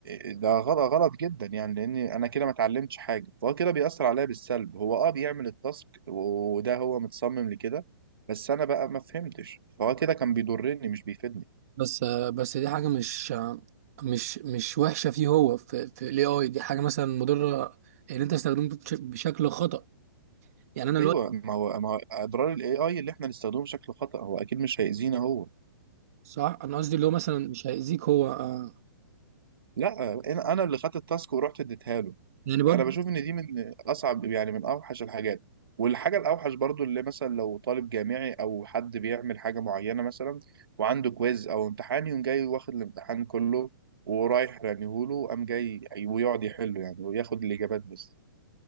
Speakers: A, on the right; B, on the right.
A: ده غلط غلط جدا يعني لان انا كده ما اتعلمتش حاجه فهو كده بيأثر عليا بالسلب هو اه بيعمل التاسك وده هو متصمم لكده بس انا بقى ما فهمتش فهو كده كان بيضرني مش بيفيدني
B: بس بس دي حاجة مش مش مش وحشة فيه هو في, في الاي اي دي حاجة مثلا مضرة ان انت استخدمته بش- بشكل خطأ يعني انا الوقت
A: ايوه ما هو ما هو اضرار الاي اي اللي احنا نستخدمه بشكل خطأ هو اكيد مش هيأذينا هو
B: صح انا قصدي اللي هو مثلا مش هيأذيك هو آه،
A: لا انا أنا اللي خدت التاسك ورحت اديتها له
B: يعني برضه
A: انا بشوف ان دي من اصعب يعني من اوحش الحاجات والحاجه الاوحش برضو اللي مثلا لو طالب جامعي او حد بيعمل حاجه معينه مثلا وعنده كويز او امتحان يقوم جاي واخد الامتحان كله ورايح رميهوله قام جاي ويقعد يحله يعني وياخد الاجابات بس